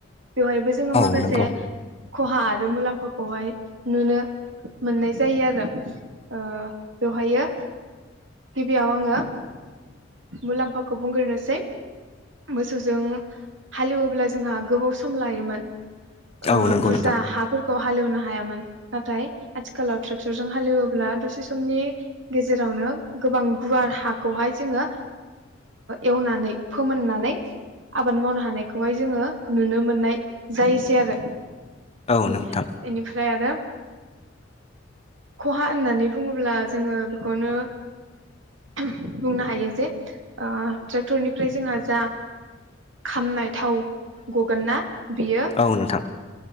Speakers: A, on the right (about 70°); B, on the left (about 30°).
A: बेवहायबो जोङो
B: औ
A: माखासे
B: नंगौ
A: खहा आरो मुलाम्फाखौहाय नुनो मोननाय जायो आरो आ बेवहायो गिबियाव आङो मुलाम्फाखौ बुंग्रोनोसै मोसौजों हालेवोब्ला जोंहा गोबाव सम लायोमोन ओ
B: औ नंगौ
A: बुरजा
B: नोंथां
A: हाफोरखौ खौ हालेवनो हायामोन नाथाय आथिखालाव ट्रेक्टरजों हालेवोबब्ला दसे समनि गेजेरावनो गोबां गुवार हा खौहाय जोङो एवनानै फोमोननानै आबाद मावनो हानायखौहाय जोङो नुनो मोननाय जायोसै आरो
B: औ नोंथां
A: बेनिफ्राय आरो खहा होननानै बुङोब्ला जोङो बेखौनो बुंनो हायो जे ट्रेक्टरनिफ्राय जोंहा जा खामनाय थाव गगोन ना बियो
B: औ नोंथां